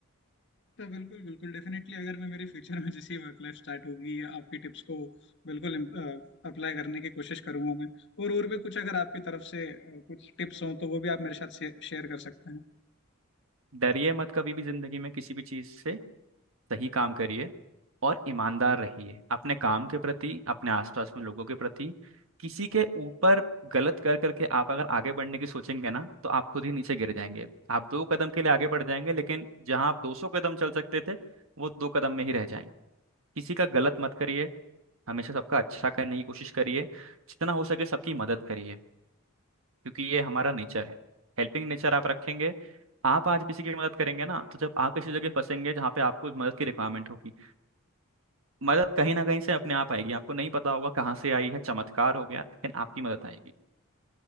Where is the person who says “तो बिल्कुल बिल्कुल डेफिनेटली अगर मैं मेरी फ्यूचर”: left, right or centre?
Left